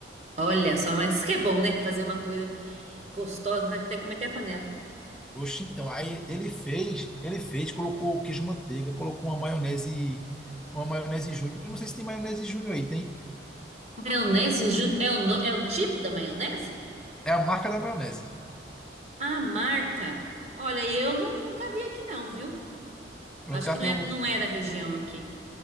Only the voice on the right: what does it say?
Olha só, mas isso que é bom, né? Fazer uma coisa gostosa, né? até comer até a panela.
Maionese ju- é o, no- é o tipo da maionese?
A marca. Olha, eu não- nunca vi aqui não, viu?
Acho
que
não
é,
não é da região aqui.